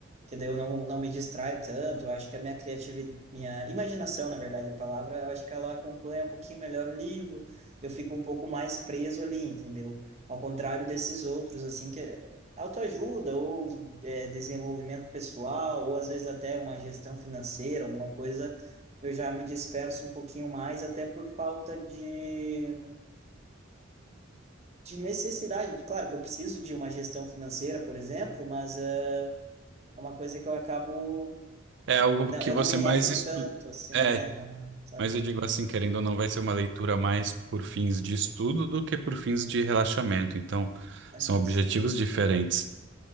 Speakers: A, on the right; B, on the right.
A: que daí eu não, não me distrai tanto. Eu acho que a minha criatividade, minha imaginação, na verdade, a palavra, eu acho que ela acompanha um pouquinho melhor o livro. Eu fico um pouco mais preso ali, entendeu? Ao contrário desses outros, assim, que é autoajuda ou é, desenvolvimento pessoal, ou às vezes até uma gestão financeira, alguma coisa, eu já me disperso um pouquinho mais, até por falta de, de necessidade. Claro que eu preciso de uma gestão financeira, por exemplo, mas eh, é uma coisa que eu acabo
B: É algo
A: Não,
B: que
A: eu
B: você
A: não me regro
B: mais estuda.
A: tanto, assim,
B: É,
A: é, não, sabe?
B: mas eu digo assim, querendo ou não, vai ser uma leitura mais por fins de estudo do que por fins de relaxamento. Então,
A: é
B: são objetivos
A: sim,
B: diferentes.